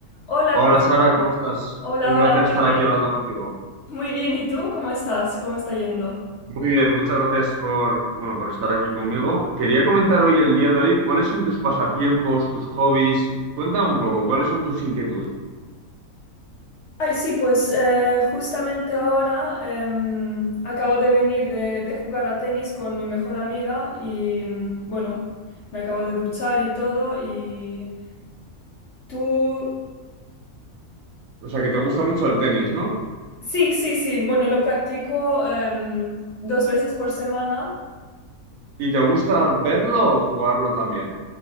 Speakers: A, on the left (about 55°); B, on the right (about 70°).
A: Hola,
B: Hola
A: Gonzalo.
B: Sara, ¿cómo estás?
A: Hola,
B: Un
A: hola,
B: placer
A: muy
B: estar
A: bien.
B: aquí hablando contigo.
A: Muy bien, ¿y tú cómo estás? ¿Cómo está yendo?
B: Muy bien, muchas gracias por, bueno, por estar aquí conmigo. Quería comentar hoy, el día de hoy, cuáles son tus pasatiempos, tus hobbies. Cuéntame un poco, ¿cuáles son tus inquietudes?
A: Ay, sí, pues eh, justamente ahora em, acabo de venir de, de jugar a tenis con mi mejor amiga y mm, bueno, me acabo de duchar y todo y tú...
B: O sea, que te gusta mucho el tenis, ¿no?
A: Sí, sí, sí, bueno, lo practico em, dos veces por semana
B: ¿Y te gusta verlo o jugarlo también?